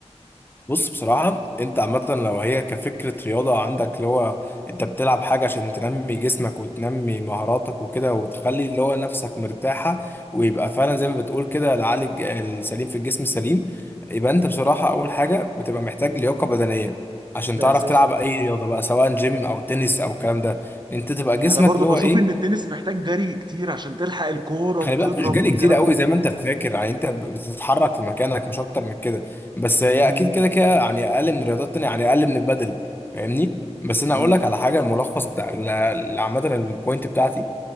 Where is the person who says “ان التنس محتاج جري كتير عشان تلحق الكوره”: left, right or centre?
Right